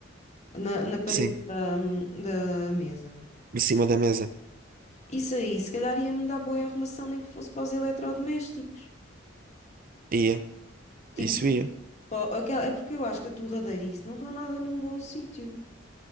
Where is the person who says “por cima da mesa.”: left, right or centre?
Right